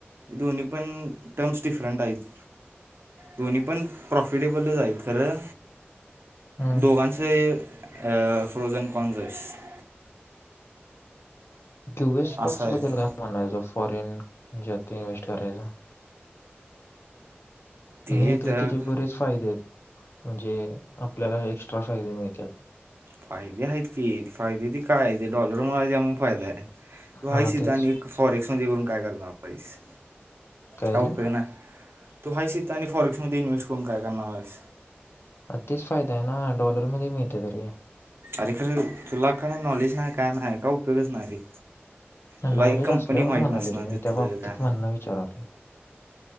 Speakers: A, on the right; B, on the left.
A: दोन्ही पण टर्म्स डिफरंट आहेत दोन्ही पण प्रॉफिटेबलच आहेत खरं
B: हं.
A: दोघांच अ फ्रोजन <unintelligible>
B: <unintelligible> स्टॉक्स
A: असं आहे
B: बद्दल
A: ते
B: काय म्हणायचं फॉरेन ज्यात इन्व्हेस्ट करायचा
A: ते
B: मी ऐकल
A: जर
B: त्याचे बरेच फायदे आहेत म्हणजे आपल्याला एक्स्ट्रा फायदे मिळत्यात.
A: फायदे आहेत की फायदे ते काय ते डॉलर मुळ हाय म्हणून फायदा आहे तू हायस
B: हा
A: इथ
B: तेच
A: आणि फॉरेक्समध्ये करून काय करणार हाईस
B: कळले
A: काय उपयोग नाई. तू हाईस इथ आणि फॉरेक्स मध्ये इन्व्हेस्ट करून काय करणार आहेस.
B: तेच फायदा आहे ना डॉलरमध्ये मिळते तरी
A: अरे खरं तुला काय नॉलेज नाही काय नाही का उपयोगच नाही तुला
B: नॉलेज
A: एक कंपनी
B: असल्यावर
A: माहीत
B: म्हणालो
A: नसणार
B: रे मी
A: तिथलं
B: त्या बाबतीत
A: काय ना
B: म्हणणं विचाराले